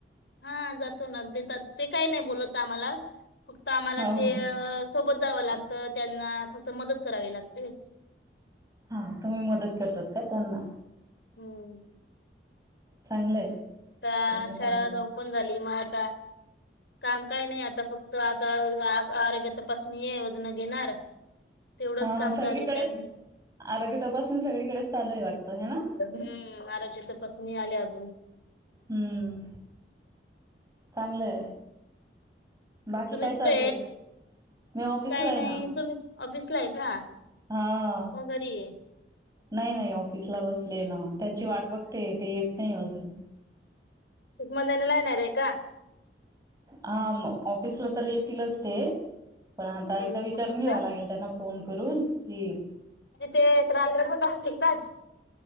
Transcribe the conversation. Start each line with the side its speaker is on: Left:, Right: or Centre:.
Left: हा जातो ना. देतात ते काही नाही बोलत आम्हाला फक्त आम्हाला
Right: हा
Left: ते
Right: हो
Left: सोबत जावं लागतं. त्यांना फक्त मदत करावी लागते.
Right: हा, तुम्ही मदत करतात का त्यांना?
Left: हम्म.
Right: चांगलंय.
Left: आता
Right: चांगले
Left: शाळा
Right: काम आहेत
Left: आज ओपण झाली मग आता काम काही नाही आता फक्त आता आज आरोग्य तपासणी हाय वजन घेणार तेवढंच
Right: हा,
Left: काम
Right: हा सगळीकडेच
Left: चालू आहे त्यां
Right: आरोग्य तपासून सगळीकडेच चालू आहे वाटतं हे ना?
Left: हम्म आरोग्य तपासनी <unintelligible> अजुन
Right: हम्म, चांगलंय. बाकी
Left: तुम्ही
Right: काय
Left: कुठे
Right: चालू आहे? मी ऑफिसला
Left: काही
Right: आहे
Left: नाही
Right: ना.
Left: तुम्ही ऑफिसला आहे का?
Right: हा.
Left: का घरी आहे
Right: नाही, नाही ऑफिसला बसले ना. त्यांची वाट बघते ते येत नाही अजून
Left: मधना ला येणार आहे का?
Right: हा मग ऑफिसला तर येतीलच ते. पण आता
Left: मंधन
Right: एकदा विचारून
Left: ऑफिसला
Right: घ्यावा लागेल त्यांना. फोन करून की.
Left: म्हणे ते, रात्र पण राहू शकतात.